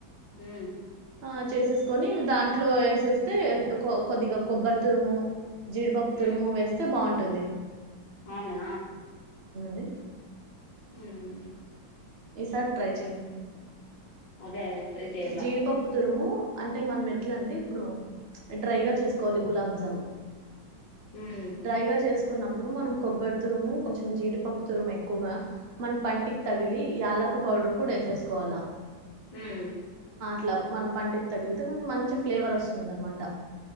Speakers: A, on the left; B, on the right.
A: హ్మ్
B: ఆ చేసేసుకొని దాంట్లో వేసేస్తే కొద్దిగా కొబ్బరి తురుము జీడిపప్పు
A: హ్మ్.
B: తురుము వేస్తే బాగుంట్ టుంది
A: అవునా
B: ది
A: హుమ్
B: ఈసారి ట్రై చేయండి
A: అదే అదే ట్రై చేయాలా
B: జీడిపప్పు తురుము అంటే మనం ఎట్లా అంటే ఇప్పుడు డ్రైగా చేసుకోవాలి గులాబ్ జామ్
A: హ్మ్.
B: డ్రైగా చెస్ కున్నప్పుడు మనం కొబ్బరి తురము కొంచెం జీడిపప్పు తురము ఎక్కువగా మన పంటికి తగిలి యాలకు పౌడర్ కూడా వేసేసుకోవాల
A: ఉమ్
B: ఇట్లా మన పంటకి తగిలితే కొంచెం మంచి ఫ్లేవర్ వస్తుంది అనమాట